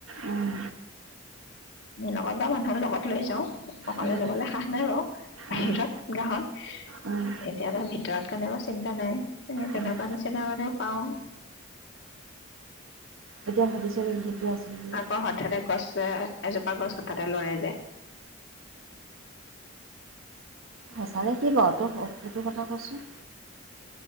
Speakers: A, on the right; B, on the left.
A: উম,
B: লগত বা মানুহৰ লগত লৈ যাওঁ অকলে
A: উম,
B: যাবলৈ সাহ নাই বাৰু বাহিৰত
A: উম,
B: গাঁৱত
A: উম,
B: এতিয়া ত' ভিতৰত কাৰণে চিন্তা নাই সেই কাৰণে তেনেকুৱা
A: উম।
B: নিচিনা মানে পাওঁ।
A: এতিয়া ভাবিছ' নেকি সেইটো আছিল বুলি?
B: আকৌ হঠাতে গছ এজোপা গছ হঠাতে লৰে যে।
A: হছ ছাৰে কি ক' ত' সেইটো কথা কচোন।